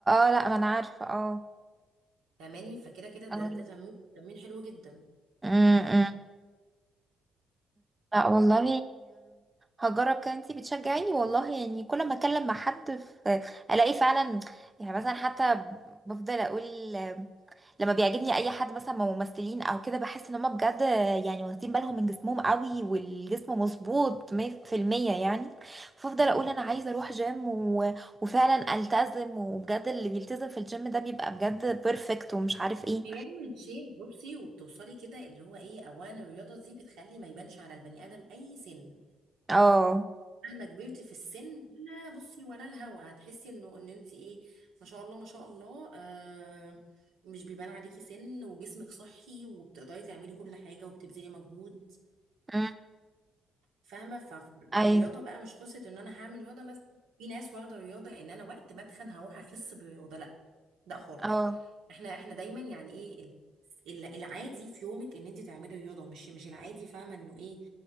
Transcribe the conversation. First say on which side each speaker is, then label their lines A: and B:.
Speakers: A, on the right; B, on the right.
A: اه لا ما انا عارفه اه
B: فاهماني فكده كده ده
A: اه
B: ده تمرين تمرين حلو جدا
A: أمم، أمم. لا والله هجرب كده انتي بتشجعيني والله يعني كل ما اتكلم مع حد في الاقي فعلا يعني مثلا حتى بفضل اقول لما بيعجبني اي حد مثلا من ممثلين او كده بحس ان هم بجد يعني واخدين بالهم من جسمهم قوي والجسم مظبوط 100% يعني فافضل اقول انا عايزه اروح جيم و... وفعلا التزم وبجد اللي بيلتزم في الجيم ده بيبقى بجد بيرفكت ومش عارف ايه
B: بيعمل شيب بصي وبتوصلي كده اللي هو ايه اولا الرياضه دي بتخلي ما يبانش على البني ادم اي سن
A: اه
B: مهما كبرت في السن ولا بصي ولا الهوا هتحسي انه ان انت ايه ما شاء الله ما شاء الله آه مش بيبان عليكي سن وجسمك صحي وبتقدري تعملي كل حاجه وبتبذلي مجهود
A: أمم،
B: فاهمه ف-
A: ايوه
B: فالرياضه بقى مش قصه ان انا هعمل رياضه مثلا في ناس واخده الرياضه ان انا وقت ما اتخن هروح اخس بالرياضه لا لا خالص
A: اه
B: احنا احنا دايما يعني ايه ال- ال- العادي في يومك ان انت تعملي رياضه مش مش العادي فاهمه انه ايه